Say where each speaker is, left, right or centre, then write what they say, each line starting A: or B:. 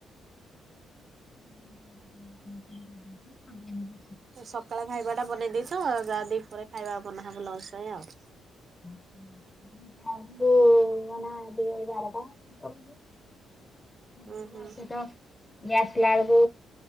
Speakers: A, on the left (about 20°); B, on the right (about 50°).
A: <inaudible>
B: ସକାଳେ ଖାଇବା ଟା ବନେଇ ଦେଇଛ ଯାହା ଦି ପରେ ଖାଇବା ବନାହବ ଲଞ୍ଚ ପାଇଁ ଆଉ।
A: <inaudible> <inaudible> ଇଏ
B: ଉଁ ହୁଁ
A: ଆସିଲା ବେଳକୁ